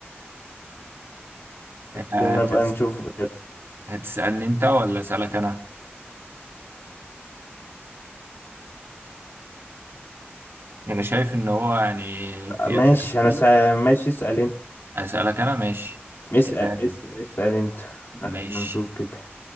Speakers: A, on the right; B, on the left.
A: هتس...
B: خلينا بقى نشوف
A: هتسألني انت ولا أسألك أنا؟ أنا شايف إن هو يعني في
B: ماشي
A: أسئلة كتير
B: انا سا... ماشي اسأل
A: أسألك أنا ماشي
B: اسأل
A: آم،
B: اسأل, اسأل انت
A: ماشي
B: احنا نشوف كده